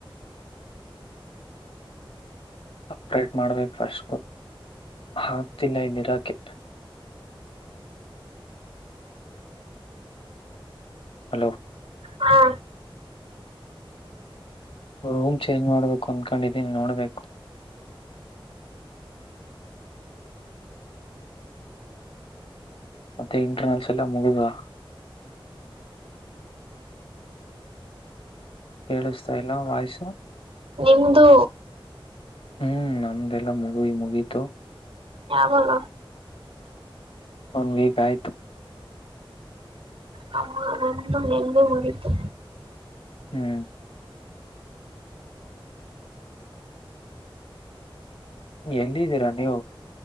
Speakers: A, on the left; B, on the right.
A: ಅಪ್ರೇಟ್ ಮಾಡ್ಬೇಕು ಫಸ್ಟು ಆಗ್ತಿಲ್ಲ ಇಲ್ಲಿ ಇರಾಕೆ ಹಲೋ
B: ಹಾ
A: ರೂಮ್ ಚೇಂಜ್ ಮಾಡ್ಬೇಕು ಅನ್ಕೊಂಡಿದ್ದೀನಿ ನೋಡ್ಬೇಕು ಮತ್ತೆ ಇಂಟರ್ನಲ್ಸ್ ಎಲ್ಲ ಮುಗುದುವಾ ಕೇಳಿಸ್ತಾ ಇಲ್ಲ ವಾಯ್ಸು
B: ನಿಮ್ದು
A: ಹ್ಮ್ ನಮ್ದೆಲ್ಲಾ ಮುಗುವಿ ಮುಗಿತು
B: ಯಾವಾಗ
A: ಒನ್ ವೀಕ್ ಆಯ್ತು
B: ಹ ನಂದು ನಿಂದು ಮುಗಿತು
A: ಹ್ಮ್ ಎಲ್ಲಿದ್ದೀರಾ ನೀವು